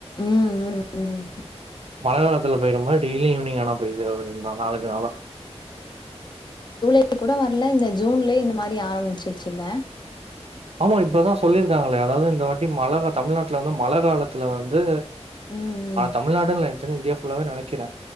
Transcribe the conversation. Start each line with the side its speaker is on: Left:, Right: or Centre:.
Left: ம் ம் ம்
Right: மழ காலத்துல பேயிர மாரி டெய்லி ஈவ்னிங் ஆனா பெய்து நாள் அஞ்சு நாளா
Left: ப்ப கூட வரல இந்த ஜூன்லயே இந்த மாரி ஆரமுச்சுருச்சுல்ல
Right: ஆமா இப்பதா சொல்லிருக்காங்ளே அதாவுது இந்த வாட்டி மழ தமிழ்நாட்டுல வந்து மழ காலத்துல வந்து
Left: ம்
Right: தமிழ்நாடுன்ல சின் இன்டியா புல்லாவே நினைக்கிறே